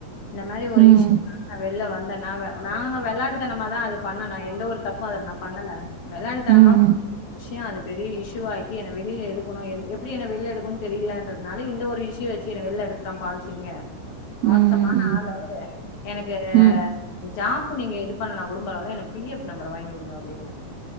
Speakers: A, on the left; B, on the right.
A: இந்த மாரி ஒரு
B: ம்,
A: இஷ் யூ நா வெள்ல வந்தேன்னாவ நாங்க வெள்ளாட்டுத்தனமா தா அது பண்ணுனோ எந்த ஒரு தப் ப்பு நா பண்ணல வெள்ளாட்டுத்தனமா
B: ம், ம்,
A: விஷ்யோ அது பெரிய இசுவாக் கி என்ன வெளியில எடுக்கணு எப்பிடி என்ன வெள்ல எடுக்கணுன்னு தெரியலன்றதுனால இந்த ஒரு இஷுவ வச்சு என்ன வெளில எடுத்துட்டா பால்சிங் மோசமான
B: ம், ம்,
A: ஆள் அவரு எனக்கு
B: ம்,
A: ஜாப்பு நீங்க எது பண்ணலாக் பரவால்ல எனக்கு பிஎஃப் நம்பர வாங்கி கொடுங்க அப்டின்ன